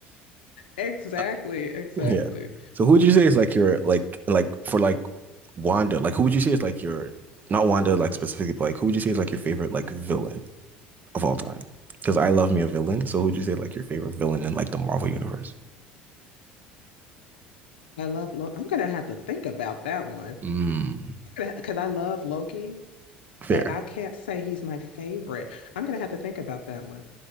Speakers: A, on the left (about 90°); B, on the right (about 35°).
A: Exactly,
B: Uh,
A: exactly.
B: yeah. So who would you say is like your like like for like Wanda? Like who would you say is like your not Wanda like specifically, but like who would you say is like your favorite like villain? of all time? Because I love me a villain. So who'd you say like your favorite villain in like the Marvel universe?
A: I love Loki. I'm gonna have to think about that one.
B: Mm.
A: I'm gonna because I love Loki,
B: Fair,
A: but I can't say he's my favorite. I'm gonna have to think about that one.